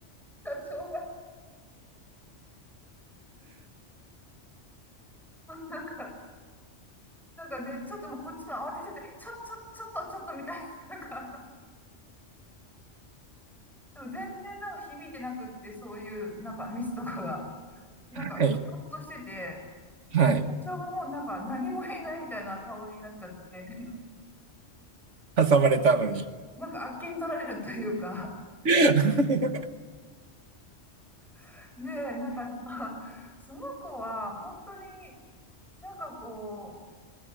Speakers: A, in the centre; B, on the right (about 85°).
A: 社長が、なんか、なんかで、ちょっともうこっちも慌てちゃって、ちょ、ちょ、ちょっと、ちょっとみたいな、<laughs> なんか、あのでも全然なんか響いてなくって、そういう、なんかミスとかが、なんか、
B: はい。
A: キョッとしてて、
B: はい。
A: で社長ももうなんか何も言えないみたいな顔になっちゃってて、
B: 挟まれたのに。
A: なんかあっけに取られるというか
B: は
A: <laughs> で、なんかやっぱ、その子は本当になんかこう、